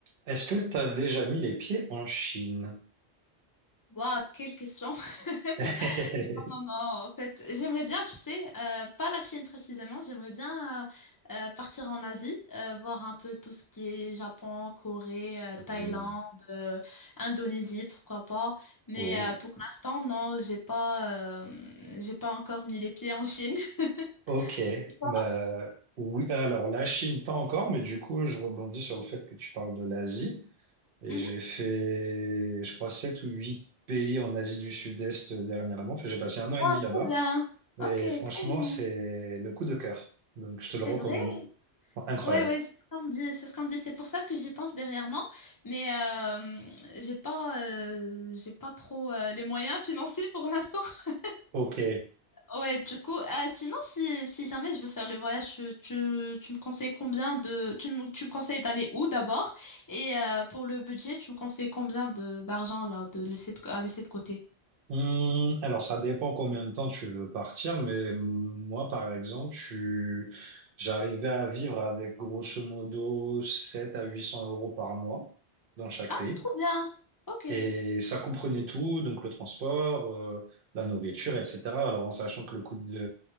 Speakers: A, on the right; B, on the left.
A: Est-ce que tu as déjà mis les pieds en Chine?
B: Waouh, quelle question! <laughs>
A: <laughs>
B: Non, non, non, en fait, j'aimerais bien, tu sais, euh, pas la Chine précisément, j'aimerais bien euh, euh, partir en Asie, euh, voir un peu tout ce qui est Japon, Corée, euh,
A: Hmm.
B: Thaïlande, euh, Indonésie, pourquoi pas. Mais
A: Oh.
B: euh, pour l'instant, non, j'ai pas, euh, j'ai pas encore mis les pieds en Chine. <laughs>
A: Ok.
B: Et toi?
A: Bah, oui, alors la Chine, pas encore, mais du coup, je rebondis sur le fait que tu parles de l'Asie. Et
B: Mhm.
A: j'ai fait, je crois, sept ou huit pays en Asie du Sud-Est dernièrement. Enfin, j'ai passé un an et
B: Waouh,
A: demi là-bas.
B: trop bien! Ok,
A: Et franchement,
B: trop bien.
A: c'est le coup de cœur. Donc, je te
B: C'est
A: le recommande.
B: vrai?
A: Incroyable.
B: Ouais, ouais, c'est ce qu'on me dit, c'est ce qu'on me dit. C'est pour ça que j'y pense dernièrement, mais euh, j'ai pas, euh, j'ai pas trop euh, les moyens <laughs> financiers pour l'instant. <laughs>
A: Ok.
B: Ouais, du coup, euh, sinon, si, si jamais je veux faire le voyage, tu, tu, tu me conseilles combien de, tu, me- tu me conseilles d'aller où d'abord? Et euh, pour le budget, tu me conseilles combien de d'argent là, de laisser de, à laisser de côté?
A: Hum, alors, ça dépend combien de temps tu veux partir, mais moi, par exemple, je suis- j'arrivais à vivre avec grosso modo sept à huit cents euros par mois dans chaque
B: Ah,
A: pays.
B: c'est trop bien. Ok.
A: Et ça comprenait tout, donc le transport, euh, la nourriture, etc. Alors en sachant que le coût de,